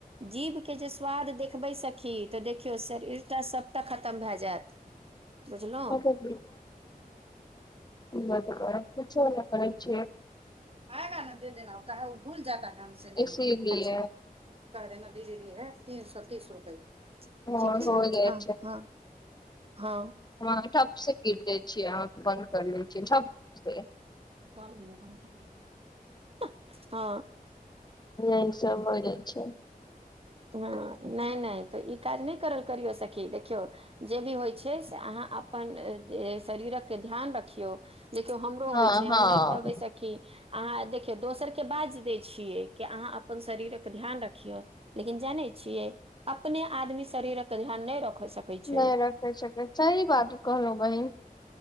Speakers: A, on the right; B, on the left.
A: जीभ के जे स्वाद देखबे सखी तऽ देखियौ शरीर तऽ सबटा खतम भए जायत
B: <inaudible>
A: बुझलहुँ
B: न त म ब <unintelligible> करै पूछो करै छै
A: आएगा ने दे देना कह ओ भूल जाता ह हमसे लेने
B: इसीलिए
A: मे अच्छा कह देना दीदी दी है तीन सए तीस रुपए
B: हो
A: ठीक छै
B: हो जाइ
A: हँ हँ हँ
B: हमह ठप से गिर जाइ छियै अहाँ बंन्द कर ले छियै ठप से
A: हँ
B: नय सब हो जाय छै
A: हँ नय नय तऽ ई काज नय करल करियौ सखी देखियौ जे भी होइ छै से अहाँ अपन शरीरक के ध्यान रखियौ देखियौ हमरो होइ
B: हँ
A: छै हम
B: हँ
A: नय कहबै सखी अहाँ देखियौ दोसर के बाईज दै छियै कि अहाँ अपन शरीरक के ध्यान रखियौ लेकिन जानै छियै अपने आदमी शरीरक ध्यान नय रख सकै छै
B: नय रखे सकै सही बात कहलऊ बहिन